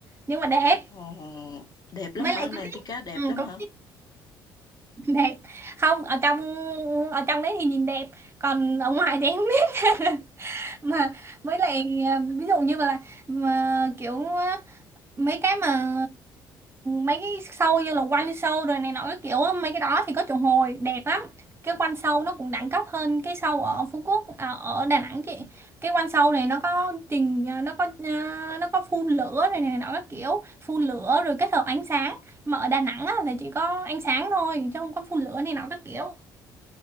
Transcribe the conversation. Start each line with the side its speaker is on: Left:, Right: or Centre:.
Right: nhưng mà đẹp
Left: Ồ, đẹp lắm
Right: mới
Left: hả?
Right: lại
Left: Nàng
Right: có cái
Left: tiên cá đẹp
Right: ừ,
Left: lắm
Right: có
Left: hả?
Right: cái <laughs> đẹp không ở trong ở trong đấy thì nhìn đẹp còn ở ngoài thì em không biết <laughs> mà với lại à, ví dụ như là mà kiểu mấy cái mà mấy cái show như là quanh show rồi này nọ cái kiểu á, mấy cái đó thì có triệu hồi đẹp lắm cái quanh show nó cũng đẳng cấp hơn cái show ở Phú Quốc à, ở Đà Nẵng chị cái quanh show này nó có trình à, nó có à, nó có phun lửa rồi này nọ các kiểu phun lửa rồi kết hợp ánh sáng mà ở Đà Nẵng á, là chỉ có ánh sáng thôi chứ không có phun lửa này nọ các kiểu